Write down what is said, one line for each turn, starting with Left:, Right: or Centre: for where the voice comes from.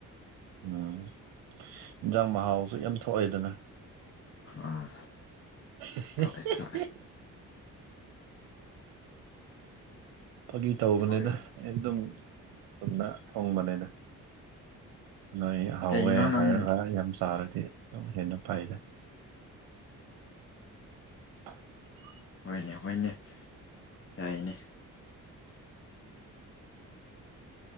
Right: ꯎꯝ ꯏꯟꯖꯥꯡ ꯃꯍꯥꯎꯁꯨ ꯌꯥꯝ ꯊꯣꯛꯑꯦꯗꯅ
Left: ꯑꯥ
Right: <unintelligible>
Left: ꯊꯣꯛꯑꯦ ꯊꯣꯛꯑꯦ
Right: ꯐꯒꯤ ꯇꯧꯕꯅꯤꯗ
Left: ꯊꯣꯛꯑꯦ ꯊꯣꯛꯑꯦ
Right: ꯑꯩ ꯑꯗꯨꯝ ꯆꯨꯝꯅ ꯊꫭꯡꯕꯅꯤꯗ ꯅꯣꯏ ꯍꯧꯋꯦ
Left: ꯀꯩꯅꯣ ꯅꯪ
Right: ꯍꯥꯏꯔꯒ ꯌꯥꯝ ꯆꯥꯔꯗꯤ ꯑꯗꯨꯝ ꯍꯦꯟꯅ ꯐꯩꯗ <unintelligible>
Left: ꯍꯣꯏꯅꯦ ꯍꯣꯏꯅꯦ ꯌꯥꯏꯅꯦ